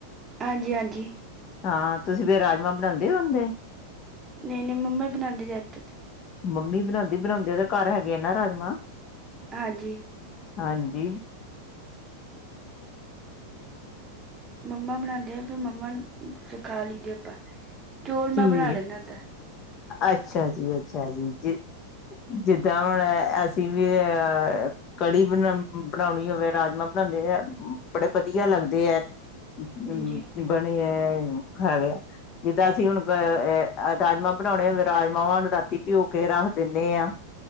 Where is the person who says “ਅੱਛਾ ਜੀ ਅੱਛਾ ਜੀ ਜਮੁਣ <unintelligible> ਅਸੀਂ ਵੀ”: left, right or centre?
Left